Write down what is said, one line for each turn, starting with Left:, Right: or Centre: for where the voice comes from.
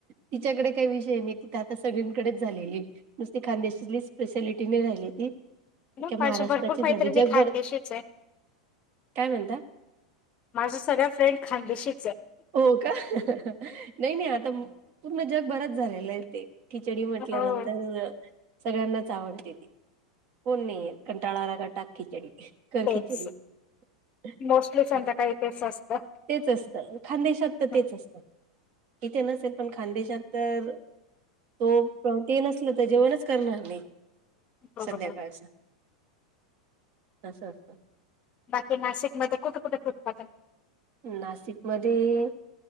Right: तिच्याकडे काय विष ते, निता आता सगळींकडेच झालेली. नुसती खानदे शांतील स्पेशालिटी नाही राहिली ती. अख्या
Left: खूप
Right: महाराष्ट्राची
Left: अशा भरपूर कांहीतरी
Right: झाली जगभर
Left: भी खानदेशीचं हाय.
Right: काय म्हणता
Left: माझ्या सगळ्या फ्रेंड खानदेशी
Right: हो का, नाहीं नाहीं आता पूर्ण जगभरात झालेलं हाय ते. खिचडी म्हटल्यानंतर
Left: हो
Right: सगळ्यांनाच आवड <unintelligible> कोण नाही येत. कंटाळा आला की टाक खिचडी. कर
Left: तेच
Right: खिचडी. <unintelligible>
Left: मोस्टली संध्याकाळी तेच असतं.
Right: तेच असतं. खान्देशात तर तेच
Left: हं.
Right: असतं. इथे नसेल पणं खान्देशात तर हो, पण ते नसलं तर जेवणच करणार नाही.
Left: बरोबर
Right: संध्याकाळचं. असं असं.
Left: बाकी नाशिकमध्ये कुठ कुठ फुड उत्पादन
Right: नाशिक मध्यें